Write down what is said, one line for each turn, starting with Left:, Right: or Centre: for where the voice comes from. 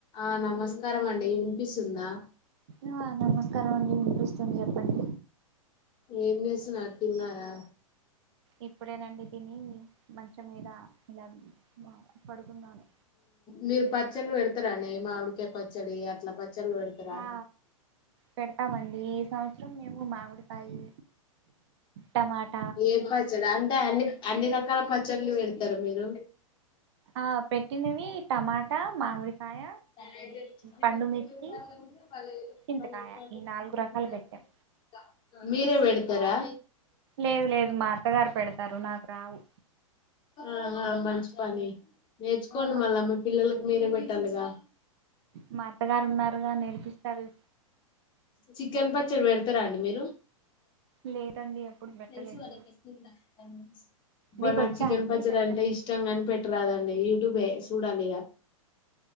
Left: ఆ నమస్కారం అండి ఇనిపిస్తుందా
Right: ఆ నమస్కారం అండి వినిపిస్తుంది చెప్పండి
Left: ఏం చేస్తున్నారు తన్నారా
Right: ఇప్పుడేనండి తిని మంచం మీద ఇలా పడుకున్నాను
Left: మీరు పచ్చళ్ళు పెడతారాండి మావిడికాే పచ్చడి అట్లా పచ్చళ్ళు పెడతారా
Right: ఆ పెడతామండి ఈ సంవత్సరం మేము మామిడికాయి టమాట
Left: ఏం పచ్చడ అంటే అన్ని అన్ని రకాల పచ్చళ్లు పెడతారు మీరు
Right: ఆ పెట్టిందివి టమాటా మామిడికాయ
Left: <inaudible>
Right: పండుమిర్చి చింతకాయ ఈ నాలుగు రకాలు పెట్టాం
Left: మీరే పెడతారా
Right: లేదు లేదు మా అత్తగారు పెడతారు నాకు రావు
Left: ఆహా మంచి పని నేర్చుకోండి
Right: మా
Left: మళ్ళా మీ పిల్లలకి మీరే పెట్టాలిగా
Right: మా అత్తగారు ఉన్నారుగా నేర్పిస్తారు
Left: చికెన్ పచ్చడి పెడతారా అండి మీరు
Right: లేదండి ఎప్పుడు పెట్టలేదు
Left: తెలుసుగా <inaudible> అ అబ్బా
Right: మీకు
Left: నాకు
Right: వచ్చా
Left: చికెన్
Right: అండి
Left: పచ్చడ
Right: పెట్టడం
Left: అంటే ఇష్టంగాని పెట్టరాదండి యూట్యూబే చూడాలి ఇగ